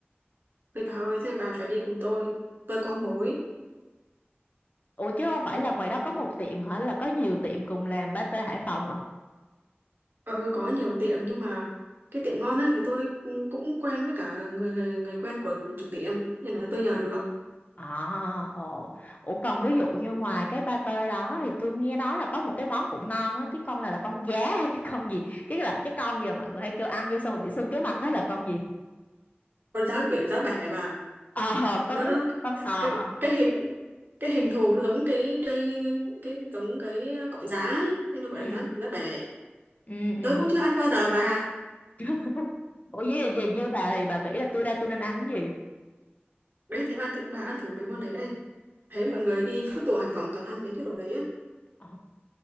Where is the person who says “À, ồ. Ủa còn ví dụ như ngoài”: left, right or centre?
Left